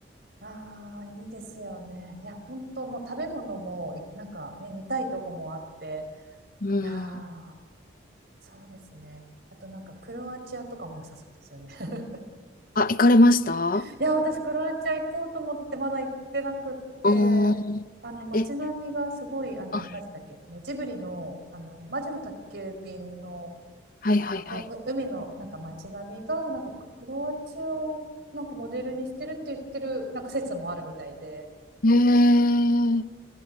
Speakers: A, on the right (about 60°); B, on the left (about 45°).
A: ああ、いいですよね。いや、本当もう食べ物も、いなんかね、見たいとこもあって、
B: うん。
A: いやー、そうですね。あとなんかクロアチアとかも良さそうですよね。<laughs>
B: あ、行かれましたあ
A: いや、私クロアチア行こうと思ってまだ行ってなくって、
B: あー。
A: あの街並みがすごい、
B: え、
A: あの、
B: あ、
A: 何でしたっけ、あのジブリの、あの、魔女の宅急便の
B: はいはいはい。
A: あのう海のなんか街並みがなんかクロアチアをなんかモデルにしてるって言ってるなんか説もあるみたいで、
B: へえ。い